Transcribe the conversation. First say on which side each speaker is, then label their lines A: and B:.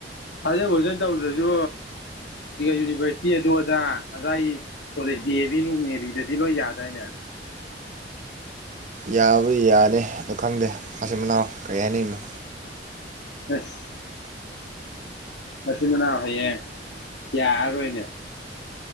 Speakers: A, on the left (about 75°); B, on the right (about 45°).
A: ꯊꯥꯖꯤꯟ ꯈꫭꯖꯟ ꯇꯧꯗ꯭ꯔꯁꯨ ꯌꯨꯅꯤꯚꯔꯁꯤꯇꯤ ꯑꯗꯨ ꯑꯗꯥ ꯉꯁꯥꯏ ꯀꯣꯂꯦꯖ ꯑꯦꯕꯤ ꯅꯨꯡ ꯑꯦꯕꯤꯗꯗꯤ ꯂꯣꯏ ꯌꯥꯗꯏꯅꯦ
B: ꯌꯥꯕ ꯌꯥꯅꯤ ꯑꯗꯣ ꯈꯪꯗꯦ ꯃꯥꯆꯤꯟ ꯃꯅꯥꯎ ꯀꯔꯤ ꯍꯥꯏꯅ ꯏꯃꯣ
A: ꯑꯁ ꯃꯁꯤꯟ ꯃꯅꯥꯎ ꯍꯌꯦꯡ ꯌꯥꯔꯣꯏꯅꯦ